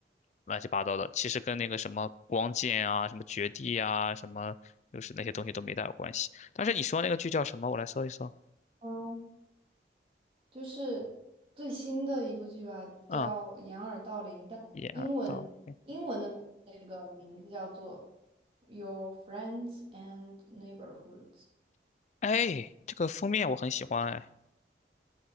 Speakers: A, on the left; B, on the right.
A: 乱七八糟的，其实跟那个什么光剑啊、什么绝地啊、什么就是那些东西都没大有关系。但是你说那个剧叫什么？我来搜一搜。
B: 嗯就是最新的一部剧吧，
A: 啊，
B: 叫《掩耳盗铃》，但英文英文的那个名字叫做
A: 一二到铃。
B: 《Your Friends and Neighborhoods》，
A: 哎，这个封面我很喜欢，哎，